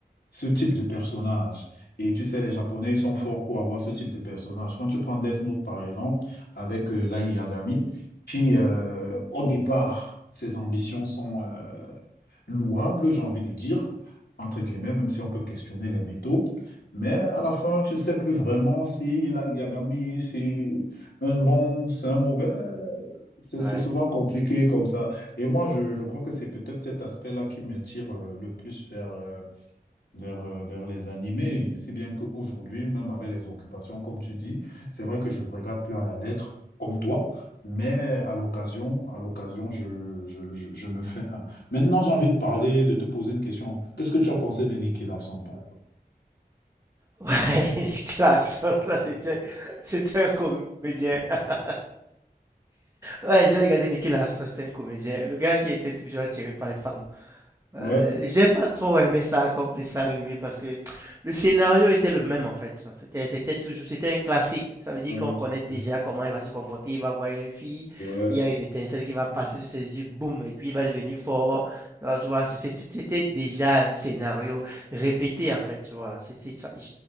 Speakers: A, on the left; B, on the right.
A: ce type de personnage. Et tu sais, les Japonais, ils sont forts pour avoir ce type de personnage. Quand tu prends Death Note, par exemple, avec euh, Lai Yagami, qui, euh, au départ, ses ambitions sont euh, louables, j'ai envie de dire, entre guillemets, même si on peut questionner les métaux. Mais à la fin, tu ne sais plus vraiment si Light Yagami, c'est un bon, c'est un mauvais. C'est
B: ouais.
A: c'est souvent compliqué comme ça. Et moi, je, je crois que c'est peut-être cet aspect-là qui m'attire euh, le plus vers, euh, vers, euh, vers les animés. Si bien qu'aujourd'hui, même avec les occupations, comme tu dis, c'est vrai que je ne regarde plus à la lettre, comme toi, mais à l'occasion, à l'occasion, je, je, je- je me fais un. Maintenant, j'ai envie de parler, de te poser une question. Qu'est-ce que tu as pensé de Nicky Larson, par exemple?
B: Ouais, <laughs> Nicolas ça c'était, c'était un comédien. <laughs> Ouais, j'ai regardé Nicolas c'était un comédien. Le gars qui était toujours attiré par les femmes.
A: Ouais,
B: Euh, j'ai pas trop aimé ça comme dessin animé parce que le scénario était le même en fait. C'était, c'était toujours, c'était un classique. Ça veut dire
A: euh,
B: qu'on connaît déjà comment il va se comporter. Il va voir une fille,
A: ouais.
B: il y a une étincelle qui va passer sur ses yeux, boum, et puis il va devenir fort. Alors, tu vois, c'est- c'est- c'était déjà un scénario répété en fait, tu vois. C'est, c'est ça. Il-